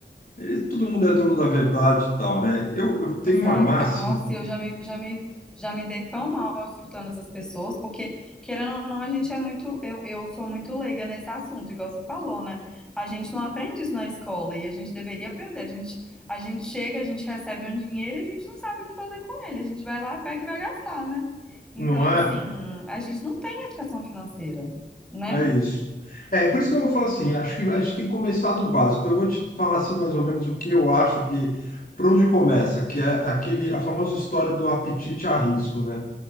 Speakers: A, on the left (about 50°); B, in the centre.
A: ele- todo mundo é dono da verdade e tal, né? Eu, eu tenho
B: Exato.
A: uma máxima,
B: Nossa, e eu já me, já me, já me dei tão mal escutando essas pessoas, porque, querendo ou não, a gente é muito, eu, eu sou muito leiga nesse assunto, igual você falou, né? A gente não aprende isso na escola e a gente deveria aprender. A gente, a gente chega, a gente recebe um dinheiro e a gente não sabe o que fazer com ele. A gente vai lá, pega e vai gastar, né? Então,
A: não é?
B: assim, a gente não tem educação financeira, né?
A: É isso. É, por isso que eu vou falar assim, acho que a gente tem que começar do básico. Então, eu vou te falar assim mais ou menos o que eu acho que, por onde começa, que é aquele, a famosa história do apetite a risco, né?